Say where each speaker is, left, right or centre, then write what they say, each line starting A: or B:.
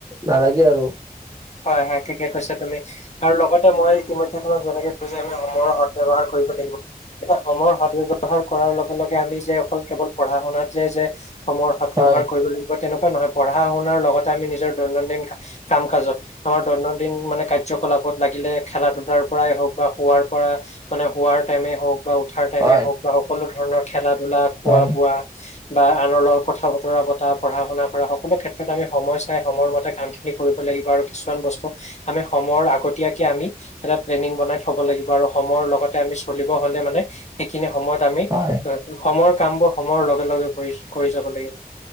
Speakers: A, on the right (about 20°); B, on the left (about 45°).
A: নালাগে আৰু।
B: হয় হয় ঠিকে কৈছা তুমি। আৰু লগতে মই ইতিমধ্যে তোমাক যেনেকে কৈছো যে সময়ৰ সদ ব্যৱহাৰ কৰিব লাগিব। এটা সমৰ সদব্যৱহাৰ কৰাৰ লগে লগে আমি যে অকল কেৱল পঢ়া শুনাত যে যে কৰ সৎব্যৱহাৰ
A: হয়
B: কৰিব লাগিব তেনেকুৱা নহয় পঢ়া শুনাৰ লগতে আমি নিজৰ দৈনন্দিন কাম কাজত আমাৰ দৈনন্দিন মানে কাৰ্যকলাপত লাগিলে খেলা ধলাৰ পৰাই হওক বা শোৱাৰ পৰা। মানে হোৱাৰ টাইমে হওক বা উঠাৰ টাইমে
A: হয়
B: হওক বা সকলো ধৰণৰ খেলা ধূলা খোৱা
A: হয়
B: বোৱা। বা আনৰ লগত কথা বতৰা পতা পঢ়া শুনা কৰা সকলো ক্ষেত্ৰত আমি সময় চাই সময়ৰ মতে কামখিনি কৰিব লাগিব আৰু কিছুমান বস্তু আমি সময়ৰ আগতীয়াকে আমি এটা প্লেনিং বনাই থব লাগিব আৰু সময়ৰ লগতে আমি চলিব হলে মানে। সেইখিনি সময়ত আমি
A: হয়
B: সমৰ কাম বোৰ সময়ৰ লগে লগে কৰি কৰি যাব লাগিব।